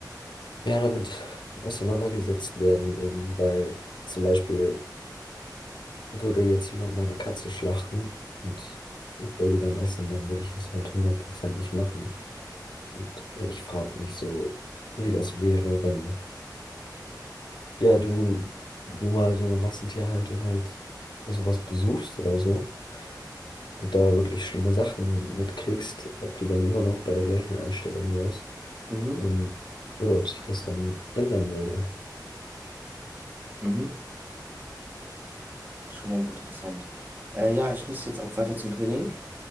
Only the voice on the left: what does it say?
mehr damit auseinandergesetzt werden würden, weil zum Beispiel würde jetzt jemand meine Katze schlachten und ich will die dann essen, dann würde ich das halt 100% nicht machen. Und äh, ich frage mich so, wie das wäre, wenn ja, du, du mal so eine Massentierhaltung halt sowas besuchst oder so und da wirklich schlimme Sachen mitkriegst, ob du dann immer noch bei der gleichen Einstellung wärst,
ähm, oder ob sich das dann ändern würde.